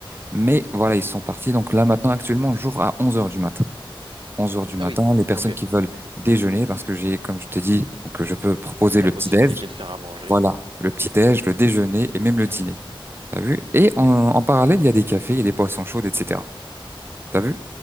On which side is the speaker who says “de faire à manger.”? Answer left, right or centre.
Right